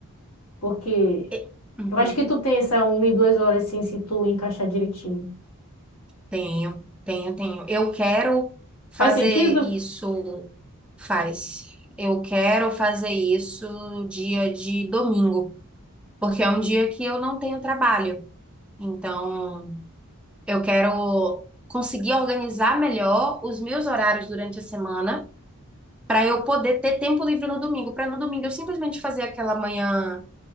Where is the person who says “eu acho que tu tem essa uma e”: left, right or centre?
Left